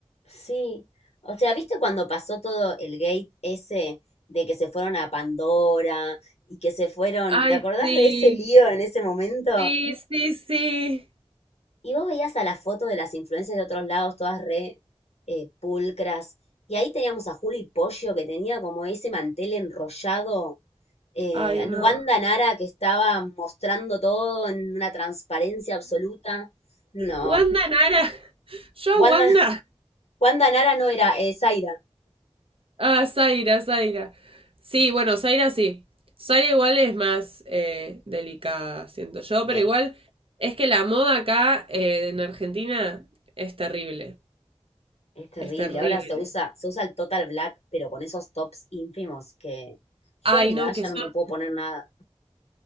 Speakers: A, on the left; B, on the right.
A: Sí. O sea, ¿viste cuando pasó todo el gate ese de que se fueron a Pandora y que se fueron?
B: Ay,
A: ¿Te acordás
B: sí.
A: de ese lío en ese momento?
B: Sí, sí, sí.
A: Y vos veías a las fotos de las influencias de otros lados, todas re eh, pulcras. Y ahí teníamos a Juli Pollo, que tenía como ese mantel enrollado. Eh,
B: Ay,
A: a
B: no.
A: Wanda Nara, que estaba mostrando todo en una transparencia absoluta. No,
B: Wanda
A: que
B: Nara. Yo a
A: Wanda
B: Wanda.
A: Wanda Nara no era, eh, Zaira.
B: Ah, Zaira, Zaira. Sí, bueno, Zaira sí. Zaira igual es más eh, delicada, siento yo, pero
A: Sí,
B: igual es que la moda acá eh, en Argentina es terrible,
A: es terrible.
B: es terrible.
A: Ahora se usa, se usa el total black, pero con esos tops ínfimos que yo
B: Ay,
A: a mi
B: no,
A: edad
B: que
A: ya
B: son...
A: no me puedo poner nada.